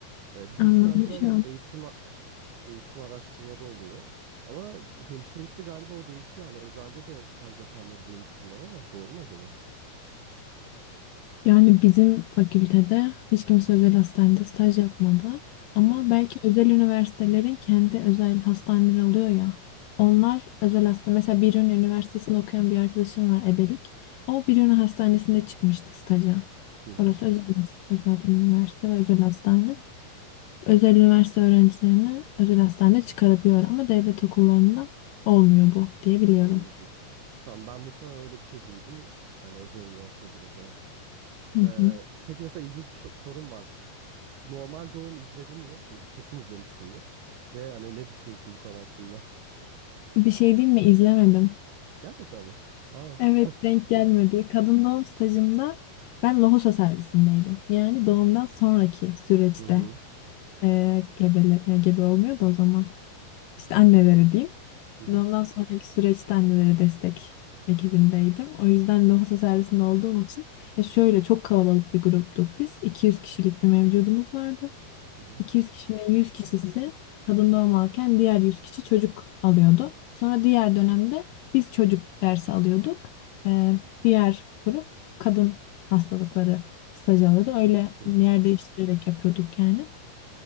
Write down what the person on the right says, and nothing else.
Ee, bizim
stajlar
eğitim eğitim araştırmada oluyor. Ama hemşirelikte galiba o değişiyor. Hani özelde de staj yapanları duymuştum ben ama doğru mu acaba?
Hmm,
Hı hı.
Anladım. Tamam ben muhtemelen öyle bir şey duydum. Hani özel üniversitedir o zaman.
Ee,
peki mesela ilginç bir şo- sorum var. Normal Doğum izledin mi? Kesin izlemişsindir. Ve hani ne düşünüyorsun bu konu hakkında?
<laughs> Gerçekten mi? Aa. <laughs>
Hı hı.
Hı hı.
Hı hı.
Hı
hı.